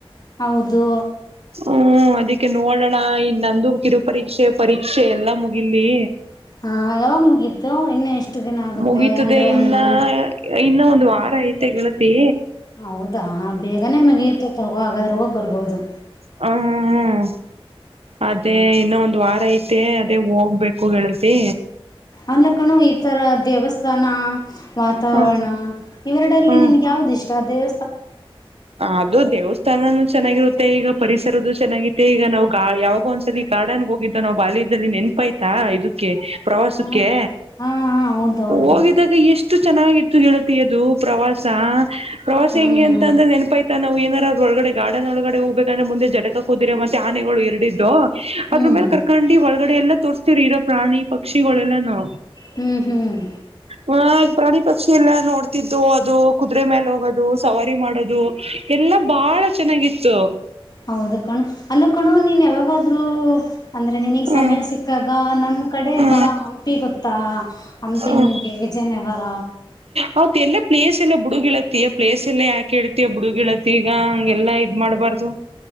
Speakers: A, on the left; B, on the right.
A: ಹೌದು
B: ಹ್ಮ್ ಅದಕ್ಕೆ ನೋಡೋಣ ಇ ನಂದು ಕಿರು ಪರೀಕ್ಷೆ ಪರೀಕ್ಷೆ ಎಲ್ಲಾ ಮುಗಿಲಿ
A: ಹಾ ಯಾವಾಗ ಮುಗೀತು ಇನ್ನು ಎಷ್ಟು ದಿನ ಆಗುತ್ತೆ
B: ಮುಗೀಿತದೆ
A: ಅಂದ್ರೆ
B: ಇನ್ನ
A: ಒಂದು ಮಂತ್
B: ಇನ್ನ ಒಂದು ವಾರ ಐತೆ ಪೇ
A: ಹೌದಾ ಅ ಬೇಗನೆ ಮಗಿಯುತ್ತೆ ತಗೋದ್ರ ಬಬದು
B: ಹ ಹ್ಮ್ ಅದೇ ಇನ್ನೊ ಒಂದ್ ವಾರ ಐ ಮತ್ತೆ ಅದೇ ಹೋಗ್ಬೇಕು ಳ್ತಿ
A: ಅಲ್ಲ ಕಣು ಈತರ ದೇವಸ್ಥಾನ ಹ ವಾತಾವರಣ
B: ಹ್ಮ್
A: ಇವೆರಡರಲ್ಲಿ
B: ಹ್ಮ್
A: ನಿನ್ಗೆ ಯಾವ್ದು ಇಷ್ಟ ಅ ದೇವ
B: ಅದು ದೇವಸ್ಥಾನನು ಚೆನ್ನಾಗಿರುತ್ತೆ ಈಗ ಪರಿಸರದದು ಚೆನ್ನಾಗಿತ್ತು ಈಗ ನಾವು ಗ ಯಾವಾಗೋ ಒಂದ್ಸಲಿ ಗಾರ್ಡನ್ಗೆ ಹೋಗಿದ್ದು ನಾವು ಬಾಲ್ಯದಲ್ಲಿ ನೆನಪಾಯ ಆ ಇದುಕ್ಕೆ ಪ್ರವಾಸಕ್ಕೆ
A: ಹ್ಮ್ ಹಾ ಹಾ ಹೌದೌದು
B: ಹೋಗಿದಾಗ ಎಷ್ಟ್ ಎಷ್ಟು ಚೆನ್ನಾಗಿತ್ತು ಗೆಳತಿ ಅದು ಪ್ರವಾಸ ಪ್ರವಾಸ
A: ಹ್ಮ್
B: ಹೆಂಗೆಂ <unintelligible> ನೆನಪಯ್ತ ನಾವ್ ಏ ಒಳಗಡೆ ಗಾರ್ಡನ್ ಒಳಗಡೆೋಗ್ಬೇಕಂದ್ರೆ ಮುಂದೆ ಜಟಕ ಕುದಿರ ಮತ್ತೆ ಆನೆಗಳು ಎರಡಿದ್ದ
A: ಹ್ಮ್
B: ಅದ್ರ ಮೇಲೆ ಕರ್ಕಂಡಿ ಒಳಗಡೆ ಎಲ್ಲ ತೋರ್ಸ ಇರೋ ಪ್ರಾಣಿ ಪಕ್ಷಿಗಳೆಲ್ಲ ನು
A: ಹ್ಮ್ ಹ್ಮ್
B: ಹಾ ಪ್ರಾಣಿ ಪ ಷಿ ಎಲ್ಲ ನೋಡ್ತಿದ್ದು ಅದು ಕುದುರೆ ಮೇಲೆ ಹೋಗೋದು ಸವ ಮಾಡೋದು ಎಲ್ಲಾ ಬಾಳ ಚೆನ್ನಾಗಿತ್ತು
A: ಹೌದು ಕಣು ಅಲ್ಲ ಕಣೊ ನೀನ್ ಯಾವಾಗ್ <unintelligible> ದ್ರೂ ಅಂದ್ರೆ ನಿನಗ್
B: ಹ್ಮ್
A: ಸಮಯ ಸಿಕ್ಕಾಗ ನಮ್ ಕಡೆ
B: ಹ್ಮ್
A: ಬಾ ಹಂಪಿ ಗೊತ್ ತ್ತಾ ಹಂಪಿನ್ಗೆ
B: ಹ್ಮ್
A: ವಿಜಯನಗರ
B: ಹೌದ ಎಲ್ಲಾ ಪ್ಲೇಸ್ ಎಲ್ಲ ಬುಡುಗಿಳತಿಯ ಪ್ಲೇಸ್ ಎಲ್ಲ ಯಾಕೆ ಹೇಳ್ತಯ ಬುಡುಗಿಳತಿ ಈಗ ಹಂಗೆಲ್ಲಾ ಇದ್ ಮಾಡ್ಬಾರ್ದು